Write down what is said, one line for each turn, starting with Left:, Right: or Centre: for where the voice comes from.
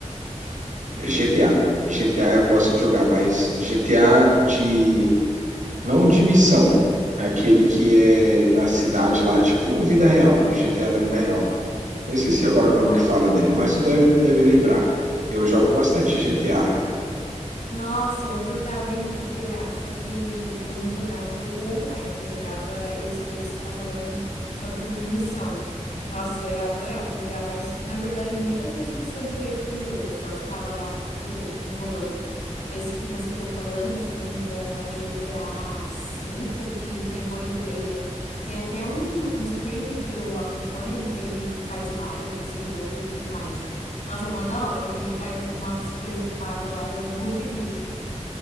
Right: GTA. GTA eu gosto de jogar, mas GTA de. Não de missão. É Aquele que é na cidade lá, tipo vida real, GTA da vida real. Eu esqueci agora o nome que fala dele, mas tu deve, deve lembrar. Eu jogo bastante GTA.
Left: Nossa, eu jogava em GTA, só que eu não jogava o online, eu jogava esse daí que você tá falando, só que o de missão. Nossa, eu adorava jogar, mas na verdade eu nem fazia as missões direito do jogo, eu só ficava lá, tipo, enrolando. Esse que você tá falando, se eu não me engano, é o GTA cinco que tem roleplay, né? Tem até um stream que eu acompanho, que ele faz live desse jogo e tudo mais. Nossa, é mó da hora que ele faz umas presepadas lá, eu morro de rir.